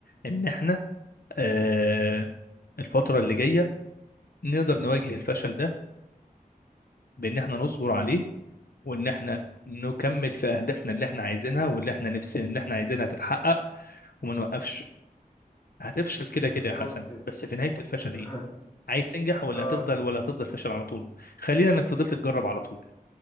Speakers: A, on the left; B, on the left.
A: ان احنا آه الفترة اللي جاية نقدر نواجه الفشل ده بان احنا نصبر عليه وان احنا نكمل في اهدافنا اللي احنا عايزينها واللي احنا نفسي اللي احنا عايزينها تتحقق وما نوقفش هتفشل كده كده
B: بالظبط
A: يا حسن
B: كده
A: بس في نهاية الفشل
B: <laughs>
A: ايه عايز تنجح ولا
B: اه
A: هتفضل ولا هتفضل فاشل على طول خلينا انك فضلت تجرب على طول